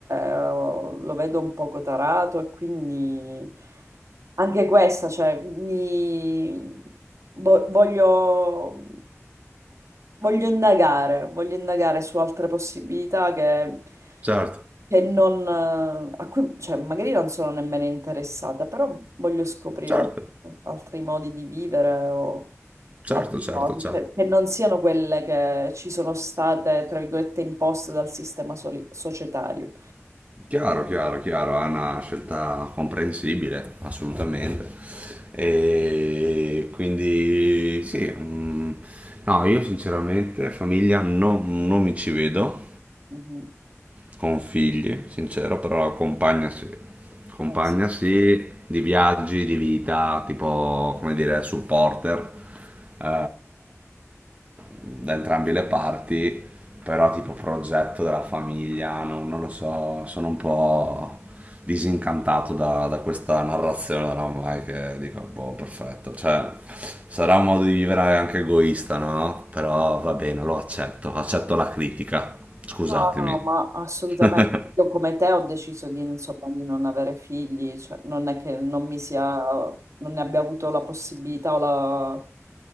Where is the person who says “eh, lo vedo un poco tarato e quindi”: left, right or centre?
Right